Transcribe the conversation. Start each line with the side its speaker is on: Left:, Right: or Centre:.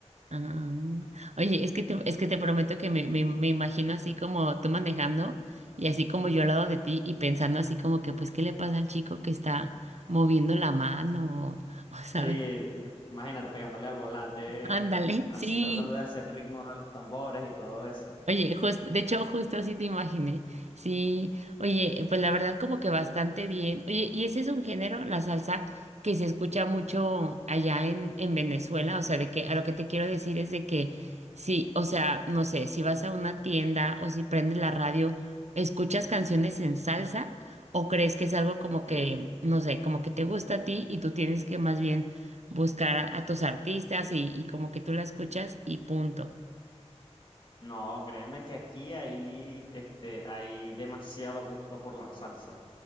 Right: Ah, Oye, es que te, es que te prometo que me, me, me imagino así como tú manejando y así como yo al lado de ti y pensando así como que pues qué le pasa al chico que está moviendo la mano o, o, sabes,
Left: Sí, eh, imagínate pegándole al volante,
Right: ándale,
Left: así
Right: sí,
Left: tratando de hacer el ritmo de los tambores y todo eso.
Right: Oye, justo, de hecho, justo así te imaginé. Sí, oye, eh, pues la verdad como que bastante bien. Oye, ¿y ese es un género, la salsa, que se escucha mucho allá en, en Venezuela? O sea, de que a lo que te quiero decir es de que sí, o sea, no sé, si vas a una tienda o si prendes la radio, ¿escuchas canciones en salsa? ¿O crees que es algo como
Left: Sí.
Right: que, no sé, como que te gusta a ti y tú tienes que más bien buscar a, a tus artistas y, y como que tú la escuchas y punto?
Left: No, créeme que aquí hay, este, hay demasiado gusto por la salsa.